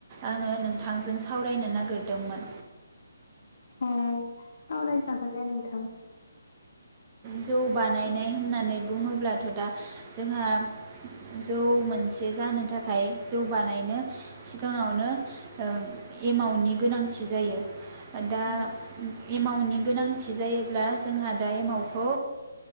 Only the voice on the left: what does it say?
अ सावराय जागोन दे नोंथां
औ
औ